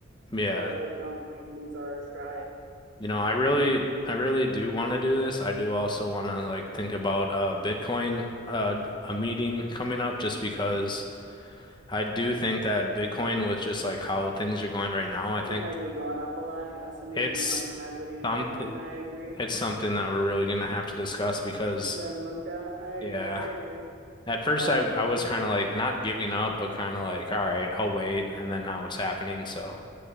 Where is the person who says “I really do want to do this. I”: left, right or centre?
Left